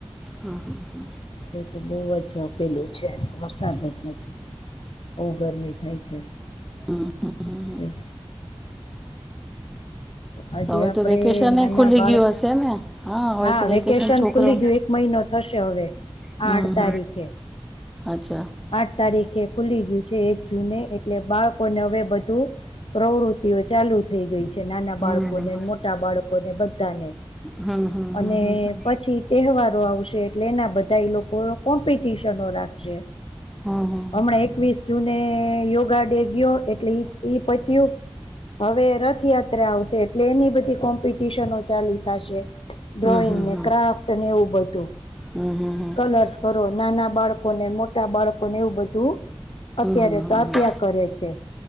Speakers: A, in the centre; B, on the left.
A: હા, હા.
B: મારે તો બહુ જ આ પેલું છે વરસાદ જ નથી. બહુ ગરમી થાય છે.
A: હમ્મ, હમ્મ, હમ્મ.
B: એમ આજે
A: હવે
B: આપડે
A: તો વેકેશન
B: નાના
A: એ ખુલી
B: બાળકો
A: ગયું હશે ને હવે
B: હા
A: તો
B: વેકેશન
A: છોકરા
B: ખુલી ગયું એક મહિનો થશે હવે
A: હમ
B: આઠ તારીખે
A: હમ અચ્છા
B: આઠ તારીખે ખુલી ગયું છે. એક જૂને એટલે બાળકોને હવે બધુ પ્રવૃતિઓ ચાલુ થઈ ગઈ છે નાના
A: હમ
B: બાળકોને
A: હમ
B: મોટા બાળકો ને બધાને
A: હમ હમ
B: અને
A: હમ હમ
B: પછી તહેવારો આવશે એટલે એના બધા એ લોકો કોમ્પિટિશનો રાખશે
A: હમ હમ
B: હમણા એકવીસ જુને યોગા ડે ગયો એટલે એ પતયું હવે રથયાત્રા આવશે પ્લેની બધી કોમ્પિટિશનો ચાલી થાસે ડ્રોઈંગ
A: હમ હમ હમ હમ
B: ને
A: હમ
B: ક્રાફ્ટ ને એવું બધું
A: હમ હમ હમ
B: કલર્સ કરો નાના બાળકો ને મોટા બાળકો એવું બધું અત્યારે
A: હમ હમ
B: તો આપ્યા
A: હમ
B: કરે છે.